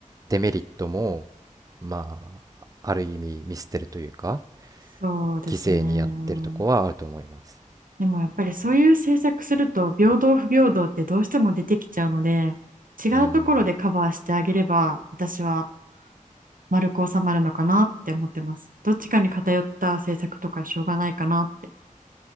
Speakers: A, on the right; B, on the right.
A: デメリットもまあある意味見捨てるというか
B: そうですね。
A: 犠牲にやってるとこはあると思います。
B: でもやっぱりそういう政策すると平等不平等ってどうしても出てきちゃうので違うところでカバーしてあげれば私は
A: うん。
B: 丸く収まるのかなって思ってます。どっちかに偏った政策とかしょうがないかなって。